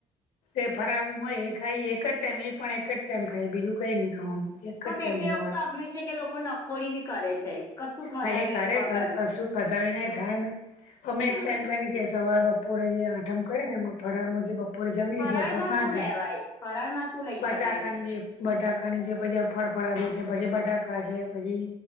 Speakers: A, on the left; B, on the left.
A: એ ફરારનું હોય એ ખાઈએ એક જ ટાઈમ એ પણ એક જ ટાઈમ ખાઈએ બીજું કંઈ નહીં ખાવાનું. એક
B: પણ
A: જ ટાઈમ
B: મેં તો એવું
A: સવારે
B: સાંભળ્યું છે કે લોકો નકોરડી બી કરે છે. કશું ખધાવી
A: હા એ કરે
B: વગર
A: કશું ખધાવીને એ થાય ને અમે
B: હા
A: એક ટાઈમ કરીને કે સવાર બપોરે એ આઠમ કરે ને એમાં ફરાર માં જે બપો પૂરે જમી
B: ફરાળમાં
A: લીધો અથવા સાંજે
B: શું લેવાય ફરાળમાં શું લઈ
A: બટાકનીવે
B: શકાય
A: બટાકા ની છે પછી આ ફળફળાદી છે પછી બટાકા છે પછી